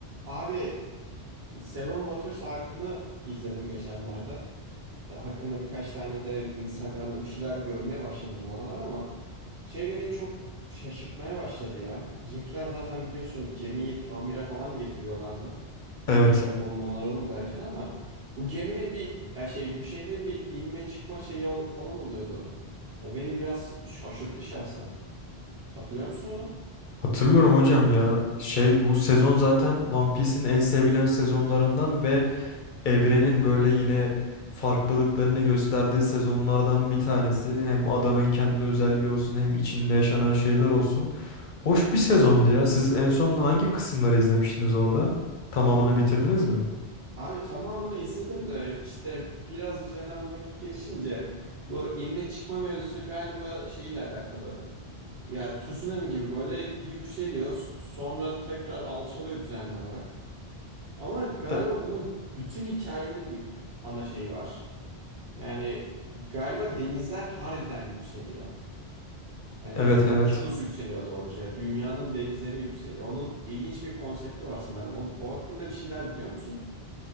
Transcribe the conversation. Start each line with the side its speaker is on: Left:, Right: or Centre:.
Right: Abi Seven Waters Ark'ını izledim geçenlerde. E, Hakkında birkaç tane de Instagram'da bir şeyler görmeye başladım bu aralar ama şey beni çok şaşırtmaya başladı ya. Bizimkiler zaten biliyorsun gemiyi tamire falan getiriyorlardı.
Left: Evet.
Right: Bir yapalım onaralım derken ama bu geminin bir ya şey bu şehrin bir inme çıkma şeyi ol- falan oluyordu. O beni biraz şaşırttı şahsen. Hatırlıyor musun onu?
Left: Hatırlıyorum hocam ya. Şey bu sezon zaten One Piece'in en sevilen sezonlarından ve evrenin böyle yine farklılıklarını gösterdiği sezonlardan bir tanesi. Hem adanın kendi özelliği olsun hem içinde yaşanan şeyler olsun. Hoş bir sezondu ya. Siz en son hangi kısımları izlemiştiniz orada? Tamamını bitirdiniz mi?
Right: Abi tamamını izledim de işte biraz üzerinden vakit geçince bu inme çıkma mevzusu galiba şeyle alakalı. Ya tsunami gibi böyle bir yükseliyor sonra tekrar alçalıyor düzenli olarak. Ama galiba
Left: E-
Right: bunun bütün hikayenin bir ana şeyi var. Yani galiba denizler harbiden yükseliyor. Hani
Left: Evet
Right: okyanus
Left: evet.
Right: yükseliyor doğruca. Dünyanın denizleri yükseliyor. Onun ilginç bir konsepti var sanırım. O, o hakkında bir şeyler biliyor musun?